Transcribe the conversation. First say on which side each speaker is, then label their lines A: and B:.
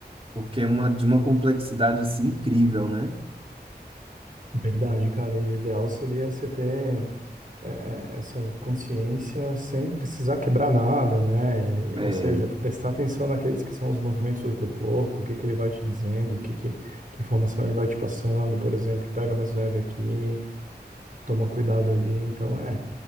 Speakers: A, on the right; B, on the right.
A: porque é uma, de uma complexidade, assim, incrível, né?
B: Verdade, cara. E o ideal seria você ter eh, eh, essa consciência sem precisar quebrar nada, né? E-
A: É,
B: Ou seja, prestar atenção naqueles que são os movimentos do teu corpo, o que que ele vai te dizendo, o que que, que informação ele vai te passando, por exemplo, pega mais leve aqui, toma cuidado ali. Então, é.